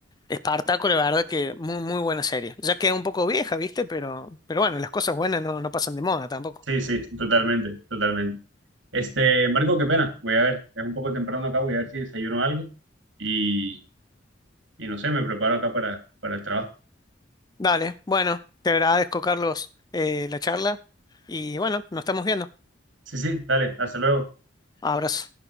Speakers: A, on the left; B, on the right.
A: Espartaco, la verdad que muy, muy buena serie. Ya queda un poco vieja, ¿viste? Pero, pero bueno, las cosas buenas no, no pasan de moda tampoco.
B: Sí, sí, totalmente, totalmente. Este, Marco, qué pena. Voy a ver, es un poco temprano acá, voy a ver si desayuno algo y, y no sé, me preparo acá para, para el trabajo.
A: Dale, bueno, te agradezco, Carlos, eh, la charla y bueno, nos estamos viendo.
B: Sí, sí, dale, hasta luego.
A: Abrazo.